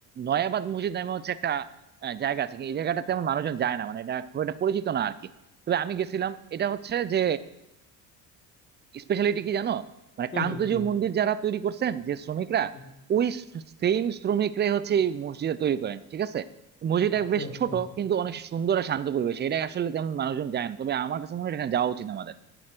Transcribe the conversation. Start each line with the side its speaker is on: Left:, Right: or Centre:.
Right: নয়াবাদ মসজিদ নামে হচ্ছে একটা আহ, জায়গা আছে কি এই জায়গাটা তেমন মানুষজন যায় না মানে এটা খুব একটা পরিচিত না আর কি তবে আমি গেছিলাম এটা হচ্ছে যে স্পেশালিটি কি জানো মানে
Left: হুম
Right: কান্তজি
Left: হুম
Right: মন্দির যারা তৈরি করছেন যে শ্রমিকরা
Left: হুম।
Right: ওই সেম শ্রমিকরাই হচ্ছে এই মসজিদটা তৈরি করেন ঠিক আছে মসজিদটা
Left: আচ্ছা
Right: বেশ
Left: আচ্ছা
Right: ছোট কিন্তু অনেক সুন্দর আর শান্ত পরিবেশ এটা আসলে তেমন মানুষজন যায় না তবে আমার কাছে মনে হয় এখানে যাওয়া উচিত আমাদের